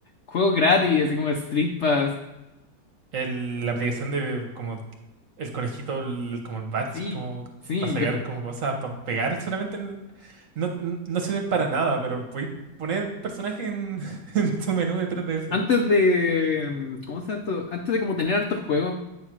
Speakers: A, on the left; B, on the right.
A: juegos gratis, así como el Street Pass.
B: El- la aplicación de como el conejito, el- como el batch,
A: Sí,
B: como
A: sí,
B: para sacar
A: te juro.
B: como cosas, para pegar solamente en- no, n- no sirven para nada, pero podéis poner personajes en, <laughs> en tu menú de 3DS.
A: Antes de. mm, ¿Cómo se llama esto? Antes de como tener hartos juegos,